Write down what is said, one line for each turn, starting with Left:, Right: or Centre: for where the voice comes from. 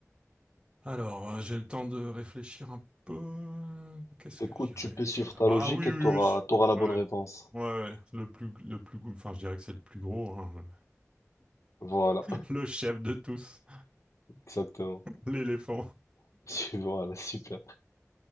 Right: Alors, euh, j'ai le temps de réfléchir un peu. Qu'est-ce
Left: Écoute,
Right: que je dirais?
Left: tu peux suivre
Right: Ah
Left: ta
Right: Bah
Left: logique
Right: ah oui,
Left: et
Right: oui,
Left: t'auras,
Right: oui.
Left: t'auras la bonne
Right: Ouais.
Left: réponse.
Right: Ouais, ouais. Le plus, le plus... gou- Enfin, je dirais que c'est le plus gros, hein.
Left: Voilà,
Right: <laughs>
Left: <laughs>
Right: Le chef de tous,
Left: exactement.
Right: <laughs> l'éléphant.
Left: <laughs> Voilà, super.